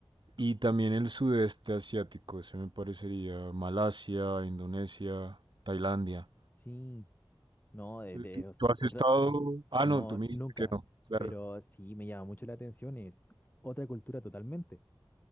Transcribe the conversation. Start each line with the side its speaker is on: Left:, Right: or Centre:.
Right: Y también el sudeste asiático, ese me parecería Malasia, Indonesia, Tailandia.
Left: Sí. No, de,
Right: Eh,
Left: de
Right: ¿Tú,
Left: os-
Right: tú has
Left: otra...
Right: estado...? Ah,
Left: No,
Right: no, tú me
Left: nunca.
Right: dijiste que no, claro.
Left: Pero sí me llama mucho la atención. Es otra cultura totalmente.